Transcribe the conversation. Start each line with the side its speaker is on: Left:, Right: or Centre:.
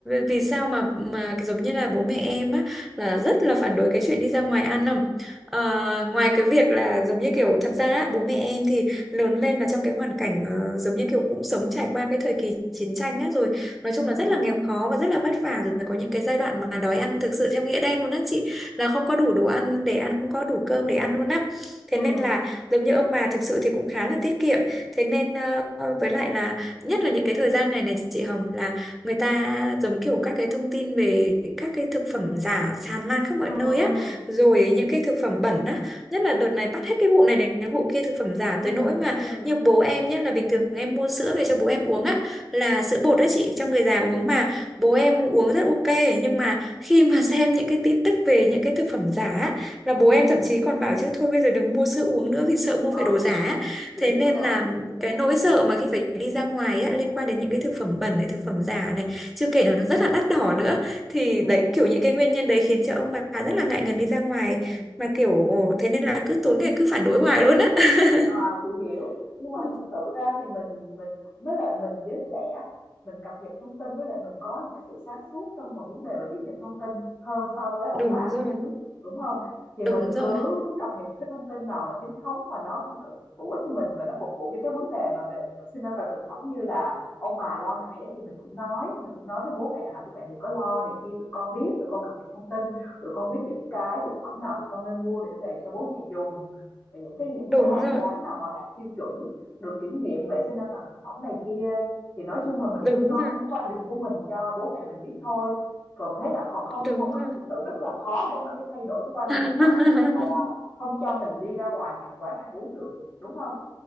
Centre: vì sao mà mà giống như là bố mẹ em á là rất là phản đối cái chuyện đi ra ngoài ăn không Ờ, ngoài cái việc là giống như kiểu thật ra á, bố mẹ em thì lớn lên là trong cái hoàn cảnh ờ, giống như kiểu cũng sống trải qua cái thời kỳ chiến tranh á rồi nói
Left: ừ
Centre: chung là rất là nghèo khó và rất là vất vả rồi có những cái giai đoạn mà đói ăn thực sự theo nghĩa đen luôn á chị là không có đủ đồ ăn để ăn không có đủ cơm để ăn luôn á thế
Left: ừ
Centre: nên là giống như ông bà thực sự thì cũng khá là tiết kiệm thế nên ờ, với lại là nhất là những cái thời gian này này chị Hồng là người ta giống kiểu các cái thông tin về các cái thực phẩm giả tràn lan khắp mọi
Left: ừ
Centre: nơi
Left: ừ
Centre: á
Left: ừ
Centre: rồi những cái thực phẩm bẩn á nhất là đợt này bắt hết cái vụ này đến vụ kia thực phẩm giả
Left: ừ
Centre: tới nỗi mà
Left: ừ
Centre: như bố em nhé là bình thường em mua sữa về cho bố em uống á là sữa bột đó chị cho người già uống mà bố em uống rất ok nhưng mà khi mà <laughs> xem những cái tin tức về những cái thực phẩm giả á, là bố
Left: ừ
Centre: em thậm chí còn bảo chứ thôi bây giờ đừng mua sữa uống nữa vì sợ mua
Left: Ừ,
Centre: phải đồ giả á.
Left: chị
Centre: thế
Left: hiểu
Centre: nên
Left: rồi,
Centre: là
Left: chị hiểu rồi.
Centre: cái nỗi
Left: Ừ.
Centre: sợ mà khi phải đi ra ngoài á, liên quan đến những cái thực phẩm bẩn này thực phẩm giả này chưa kể là nó rất là đắt đỏ nữa thì
Left: ừ
Centre: đấy kiểu những cái nguyên nhân đấy khiến cho ông bà rất là ngại ngần đi ra ngoài
Left: Ừ.
Centre: mà kiểu thế nên là cứ tối ngày cứ phản đối hoài luôn á <laughs>
Left: À, chị hiểu nhưng mà
Centre: Ừ,
Left: thực sự ra thì mình mình với lại mình giới trẻ mình cập nhật thông tin với lại mình có những cái sự sáng suốt trong mà vấn đề mà tiếp nhận thông tin hơn so với ông
Centre: đúng
Left: bà
Centre: rồi
Left: thời trước đúng không thì mình
Centre: đúng rồi
Left: cứ cứ cập nhật những cái thông tin nào mà chính thống mà nó c- hữu ích cho mình và nó phục vụ cho cái vấn đề mà về vệ sinh an toàn thực phẩm như là ông bà lo ngại ấy, thì mình cũng nói mình cũng nói với bố mẹ là bố mẹ đừng có lo này kia tụi con biết tụi con cập nhật thông tin tụi con biết những cái thực phẩm nào tụi con nên mua để về cho bố mẹ dùng Và những cái những
Centre: đúng
Left: cái hàng
Centre: rồi
Left: quán nào mà đạt tiêu chuẩn được kiểm nghiệm vệ sinh an toàn thực phẩm này kia thì nói chung là mình
Centre: đúng
Left: cứ nói
Centre: rồi
Left: cái quan điểm của mình cho bố mẹ mình biết thôi còn thế là còn không
Centre: đúng
Left: còn không
Centre: rồi
Left: thực sự rất là khó để mà cái thay đổi cái quan
Centre: <laughs>
Left: điểm là là, là không cho mình đi ra ngoài hàng quán ăn uống được đúng không